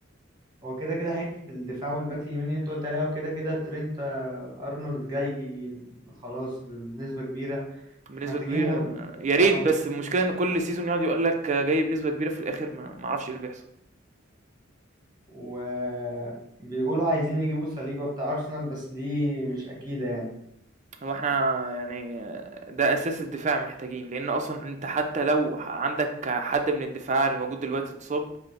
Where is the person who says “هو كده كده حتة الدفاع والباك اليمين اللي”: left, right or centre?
Right